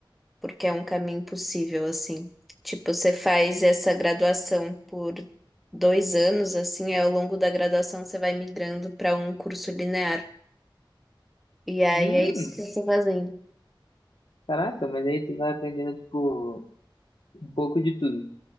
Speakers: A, in the centre; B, on the left.
A: porque é um caminho possível, assim. Tipo, você faz essa graduação por dois anos, assim, aí ao longo da graduação você vai migrando para um curso linear. E aí
B: Hum,
A: é isso que eu tô fazendo.
B: caraca, mas aí tu vai aprendendo, tipo, um pouco de tudo.